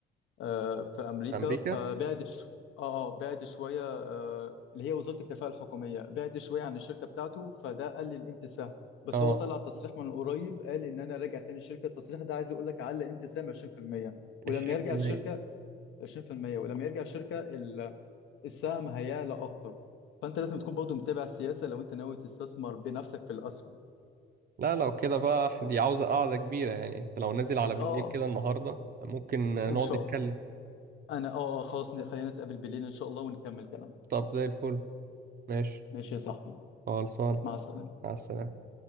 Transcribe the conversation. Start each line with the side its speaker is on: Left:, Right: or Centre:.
Left: آه، في امريكا
Right: في أمريكا
Left: فبعد ش... اه آه، بعد شويه آه، اللي هي وزاره الكفاءه الحكوميه بعد شويه عن الشركه بتاعته فده قلل قيمه السهم بس
Right: اه
Left: هو طلع تصريح من قريب قال ان انا راجع تاني الشركه التصريح ده عايز يقول لك علق قيمه السهم 20% ولما
Right: عشرين
Left: يرجع
Right: في المية
Left: الشركه 20% ولما يرجع الشركه السهم هيعلى اكتر فانت لازم تكون برضو متابع السياسه لو انت ناوي تستثمر بنفسك في الاسهم
Right: لا لو كده بقى دي عاوزة قعدة كبيرة يعني أنت لو نازل على بالليل
Left: اه
Right: كده النهاردة ممكن
Left: ان
Right: نقعد
Left: شاء
Right: نتكلم
Left: انا اه آه، خلاص خلينا نتقابل بالليل ان شاء الله ونكمل كلام
Right: طب زي الفل ماشي
Left: ماشي يا صاحبي
Right: خلصان
Left: مع السلامه
Right: مع السلامة